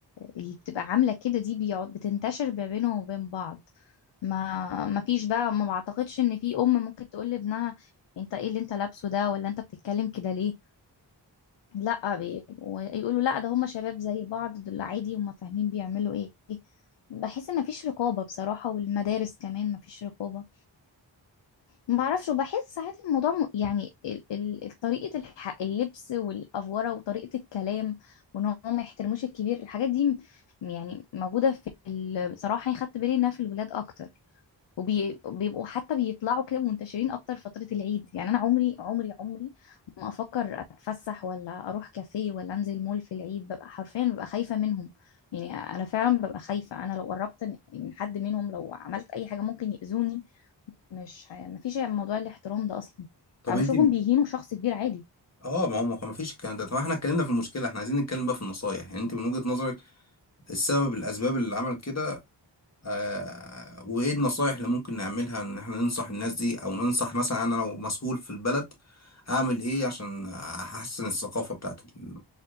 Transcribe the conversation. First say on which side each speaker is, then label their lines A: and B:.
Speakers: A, on the left; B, on the left.
A: اللي بتبقى عامله كده دي بيقعد بتنتشر ما بينهم وبين بعض ما ما فيش بقى ما بعتقدش ان في ام ممكن تقول لابنها انت ايه اللي انت لابسه ده ولا انت بتتكلم كده ليه لا بي... ويقولوا لا ده هم شباب زي بعض دول عادي هم فاهمين بيعملوا ايه بحس ان مفيش رقابة بصراحة والمدارس كمان مفيش رقابة ما اعرفش وبحس ساعات الموضوع م- يعني ال- ال- ال- طريقة الح... اللبس والأفورة وطريقة الكلام وان هم ما يحترموش الكبير الحاجات دي م- يعني موجودة في ال... بصراحة يعني خدت بالي انها في الولاد اكتر وبيبقوا حتى بيطلعوا كده منتشرين اكتر فترة العيد يعني انا عمري عمري عمري ما افكر اتفسح ولا اروح كافيه ولا انزل مول في العيد ببقى حرفيا ببقى خايفة منهم يعني انا فعلا ببقى خايفة انا لو قربت من من حد منهم لو عملت اي حاجة ممكن يأذوني مش ه- مفيش موضوع الاحترام ده اصلا
B: طب
A: انا بشوفهم
B: أنت
A: بيهينوا شخص كبير عادي
B: اه ما هو ما فيش الكلام ده طب احنا اتكلمنا في المشكله احنا عايزين نتكلم بقى في النصايح يعني انت من وجهة نظرك السبب الاسباب اللي عملت كده آه، وايه النصايح اللي ممكن نعملها ان احنا ننصح الناس دي او ننصح مثلا انا لو مسؤول في البلد اعمل ايه عشان احسن الثقافة بتاعت ال-